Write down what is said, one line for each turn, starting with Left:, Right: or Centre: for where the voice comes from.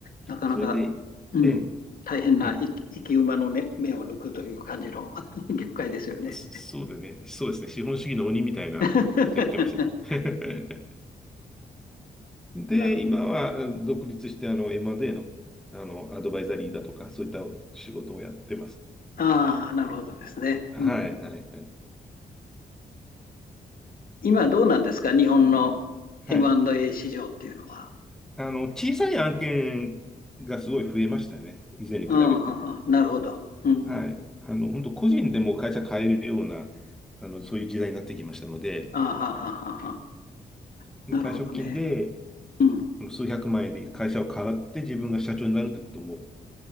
Left: なかなか、
Centre: それで、
Left: うん、
Centre: ええ、
Left: 大変な生き生き馬の、
Centre: うん。
Left: ね、目を抜くという感じの <laughs> 業界ですよね。
Centre: そそそうでね、そうですね、資本主義の鬼みたいなことやってました。
Left: <laughs>
Centre: <laughs> で、
Left: な
Centre: 今はうん独立して、あの、M&A の、あの、アドバイザリーだとか、そういった仕事をやってます。
Left: ああ、なるほどですね。
Centre: はい、
Left: うん
Centre: はい、はい。
Left: 今どうなんですか日本の M&A
Centre: はい。
Left: 市場っていうのは。
Centre: あの、小さい案件がすごい増えましたよね。以前に比べると。
Left: うん、ははなるほど。うん。
Centre: はい。
Left: あ
Centre: あの、本当個人でも会社変えるような、あの、そういう時代になってきましたので、
Left: あ、はははは。
Centre: 退職金で、
Left: なるほどね。うん。
Centre: あの数百万円で会社を買って自分が社長になるということも